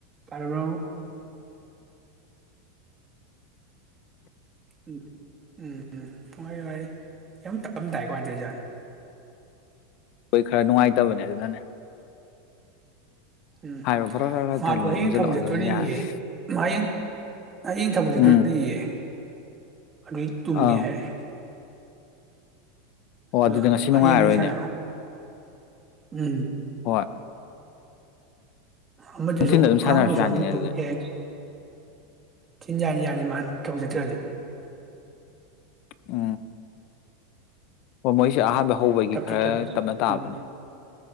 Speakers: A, on the right; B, on the left.
A: ꯇꯔꯕ ꯎꯝ ꯎꯝ ꯎꯝ ꯍꯣꯏ ꯍ ꯌꯝ ꯇꯝꯗꯥꯥꯏ ꯀꯃꯥꯏꯅ ꯇꯧꯔꯤ ꯖꯥꯥꯟ
B: ꯍꯣꯏ ꯈꯔ ꯅꯨꯡꯉꯥꯏꯇꯕꯅꯦ ꯑꯗꯨꯅꯅꯦ
A: ꯎꯝ
B: ꯍꯥꯏꯔꯣ ꯕꯔ ꯕꯔ
A: ꯃꯥꯗꯣ
B: ꯊꯟꯖꯜꯂꯛꯑꯣ
A: ꯍꯌꯦꯡ ꯊꯕꯛ ꯆꯠꯇꯣꯔꯤꯌꯦ
B: ꯑꯗꯨꯅ ꯌꯥꯔꯅꯤ
A: ꯍꯌꯦꯡ ꯑꯩ ꯊꯕꯛꯁꯦ
B: ꯎꯝ
A: ꯇꯨꯌꯦ ꯑꯗꯨꯏ ꯇꯨꯝꯃꯤ
B: ꯑꯥ
A: ꯍꯥꯏꯔꯦ
B: ꯑꯣ ꯑꯗꯨꯗꯤ
A: ꯑꯗꯣ
B: ꯉꯁꯤ ꯅꯨꯡꯉꯥꯏꯔꯔꯣꯏꯅꯦ
A: ꯍꯌꯦꯡ ꯑꯣꯏꯅ ꯁꯥꯟꯅꯔꯣ ꯎꯝ
B: ꯍꯣꯏ
A: ꯑꯃꯗꯨꯁꯨ
B: ꯅꯨꯡꯊꯤꯟꯗ ꯑꯗꯨꯝ ꯁꯥꯟꯅꯔꯁꯨ
A: ꯑꯉꯥꯡꯗꯨꯁꯨ
B: ꯌꯥꯅꯤꯅꯦ
A: ꯑꯃꯨꯛ ꯇꯨꯝꯑꯦ
B: ꯑꯗꯨꯗꯤ
A: ꯆꯤꯟ ꯌꯥꯅꯤ ꯌꯥꯅꯤ ꯃꯥ ꯇꯧ ꯆꯠꯇ꯭ꯔꯗꯤ
B: ꯑ ꯑꯣ ꯃꯣꯏꯁꯤ ꯑꯍ ꯍꯧꯕꯒꯤ
A: ꯇꯞꯇꯤ
B: ꯈꯔ
A: ꯇꯞ
B: ꯇꯞꯅ ꯇꯥꯕꯅꯦ
A: ꯎꯝ